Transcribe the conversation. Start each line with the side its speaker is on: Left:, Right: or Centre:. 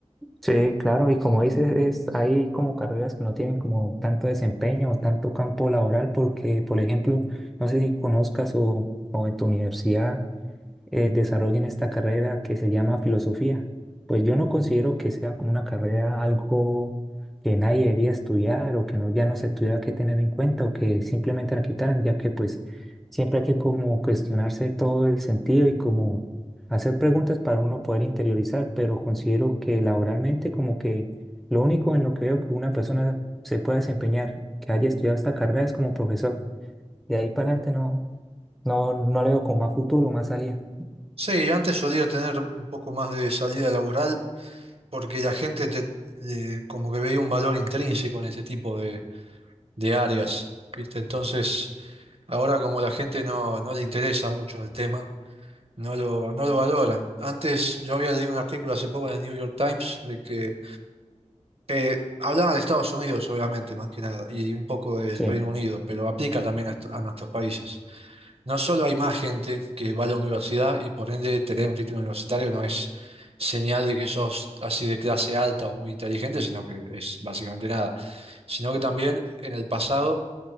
Centre: sí, claro, y como dices, es, hay como carreras que no tienen como tanto desempeño o tanto campo laboral porque, por ejemplo, no sé si conozcas o, o en tu universidad eh, desarrollen esta carrera que se llama filosofía. Pues yo no considero que sea como una carrera algo que nadie debería estudiar o que no, ya no se tuviera que tener en cuenta o que simplemente la quitaran, ya que pues siempre hay que como cuestionarse todo el sentido y como hacer preguntas para uno poder interiorizar, pero considero que laboralmente como que lo único en lo que veo que una persona se pueda desempeñar, que haya estudiado esta carrera es como profesor. De ahí para adelante no, no, no le veo como más futuro, más salida.
Right: Sí, antes solía tener un poco más de salida laboral porque la gente te, eh, como que veía un valor intrínseco en este tipo de, de áreas, ¿viste? Entonces, ahora como la gente no, no le interesa mucho el tema, no lo, no lo valoran. Antes yo había leído un artículo hace poco en el New York Times de que Eh, hablaba de Estados Unidos, obviamente, más que nada, y un poco del
Centre: Sí.
Right: Reino Unido, pero aplica también a, est- a nuestros países. No solo hay más gente que va a la universidad y por ende tener un título universitario no es señal de que sos así de clase alta o muy inteligente, sino que es básicamente nada. Sino que también en el pasado